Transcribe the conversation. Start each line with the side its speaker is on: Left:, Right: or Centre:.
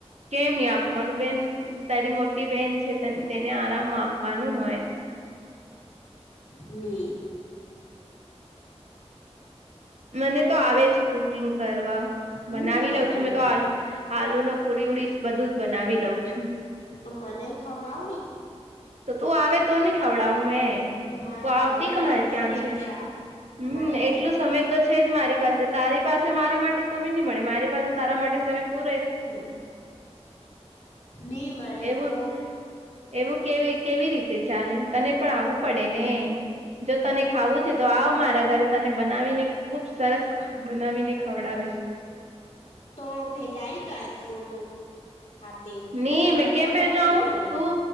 Right: કેમ નહીં આપવાનું? બેન તારી મોટી બેન છે તેને આરામ આપવાનું હોય.
Left: ની.
Right: મને તો આવે છે કુકિંગ કરવા,
Left: હું
Right: બનાવી લઉં છું મેં તો
Left: લે
Right: આલું આલુ નો પુરી ઉડી વુડીસ બધું જ બનાવી લઉં છું.
Left: તો મને ખવડાવ ને.
Right: તો તું આવે તો ની ખવડાવું મેં.
Left: મારે
Right: તો આવતી
Left: ઘરે
Right: કહાં
Left: લઈને
Right: ક્યાં
Left: દઈ
Right: છે?
Left: જા
Right: હમ્મ
Left: મારે ઘ
Right: એટલું સમય તો છે જ મારી પાસે, તારી પાસે મારા માટે સમય ની મળે, મારી પાસે તારા માટે સમય પૂરે <unintelligible>
Left: નહી મળે
Right: એવું-એવું
Left: બો
Right: કેવી-કેવી રીતે ચાલે? તને પણ આવું. પડે ને. જો તને ખાવું છે તો આવ મારા ઘરે તને બનાવીને ખુબ સરસ બનાવીને ખવડાવીશ.
Left: તો ભેજાઈ કર કોનું. હાતે,
Right: ની
Left: તારે નાનલો
Right: મેં કેમ ભેજાઉ
Left: ભાઈ ની મલે.
Right: તું